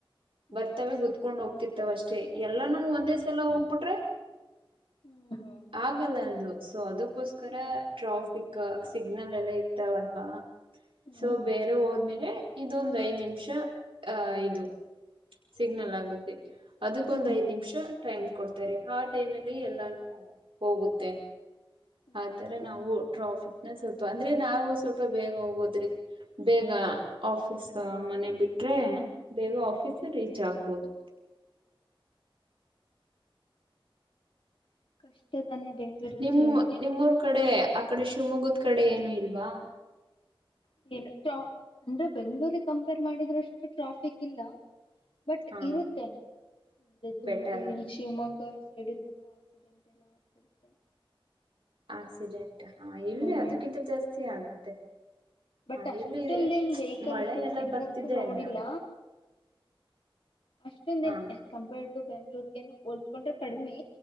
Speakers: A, on the left (about 75°); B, on the right (about 70°).
A: ಹ್ಮ್
B: ಬರ್ತವೆ ಗುದ್ಕೊಂಡ್ ಹೋಗ್ತಿರ್ ಇಂತವಷ್ಟೇ ಎಲ್ಲಾನು ಒಂದೇ ಸಲ ಹೋಗ್ಬಿಟ್ರೆ?
A: ಹ್ಮ್ ಹ್ಮ್
B: ಆಗಲ್ಲ ಅದು ಸೋ ಅದು ಅದಕ್ಕೋಸ್ಕರ ಟ್ರಾಫಿಕ್ ಸಿಗ್ನಲ್ ಎಲ್ಲ ಇರ್ತಾವಲ್ವಾ? ಸೋ
A: ಹ್ಮ್
B: ಬೇರೆ ಹೋದ್ಮೇಲೆ ಲೇ ಇದೊಂದ್ ಐದ್ ನಿಮಿಷ ಆ ಐದು ಸಿಗ್ನಲ್ ಆಗುತ್ತೆ ಅದಕ್ಕೊಂದ್
A: ಹ್ಮ್
B: ಐದ್ ನಿಮಿಷ ಟೈಮ್ ಕೊಡ್ <unintelligible> ಆ ಟೈಮ್ ಅಲ್ಲಿ ಎಲ್ಲಾನು ಹೋಗುತ್ತೆ.
A: ಹ್ಮ್
B: ಆ ತರ ನಾವು ಟ್ರಾಫಿಕ್ ನ ಸ್ವಲ್ಪ ಅಂದ್ರೆ ನಾವು ಸ್ವಲ್ಪ ಬೇಗ ಹೋಗೋದ್ರಿಂದ ಬೇಗ ಆಫೀಸ್ ಮನೆ ಬಿಟ್ರೆ ಬೇಗ ಆಫೀಸ್
A: ಹ್ಮ್
B: ರೀಚ್ ಆಗ್ಬೋದು.
A: <unintelligible> ಬೆಂಗಳೂರಲ್ಲಿ
B: ನಿಮ್
A: ಜೀವನ
B: ನಿಮ್ಮೂರ್ ಕಡೆ ಆ ಕಡೆ ಶಿವಮೊಗ್ಗದ್ ಕಡೆ ಏನು ಇಲ್ವಾ?
A: <unintelligible> ಅಂದ್ರೆ ಬೆಂಗ್ಳೂರಿಗ್ ಕಂಪೇರ್ ಮಾಡಿದ್ರೆ ಅಷ್ಟು ಟ್ರಾಫಿಕ್ ಇಲ್ಲ. ಬಟ್
B: ಹಾ
A: ಇರುತ್ತೆ <unintelligible>
B: ಬೆಟರ್
A: ಶಿವಮೊಗ್ಗ ಸೈಡ್ ತುಂಬಾ ಆಕ್ಸಿಡೆಂಟ್ ಎಲ್ಲ ಆಗ್ತಿರುತ್ತೆ..
B: ಆಕ್ಸಿಡೆಂಟ್ ಹಾ ಇಲ್ಲಿ
A: ಹ್ಮ್
B: ಅದಕ್ಕಿಂತ ಜಾಸ್ತಿ ಆಗುತ್ತೆ <unintelligible>
A: ಬಟ್
B: ಹ
A: ಅಷ್ಟೊಂಧೇನ್
B: ಎಲ್ಲಿ
A: ವೆಹಿಕಲ್ಸ್
B: ಮಳೆ ಎಲ್ಲ
A: ಸಿಗ್ನಲ್ಸ್
B: ಬರ್ತಿದೆ
A: ನೋಡಿಲ್ಲ
B: ಅಲ್ಲ
A: ಅಷ್ಟೊಂದ
B: ಹಾ
A: ದಿನ ಎಸ್ ಕಂಪೇರ್ಡ.. ಬೆಂಗ್ಳೂರ್ಗ ಏನ್ ಹೋಲ್ಸ್ಕೊಂಡ್ರೆ ಕಡಿಮೆ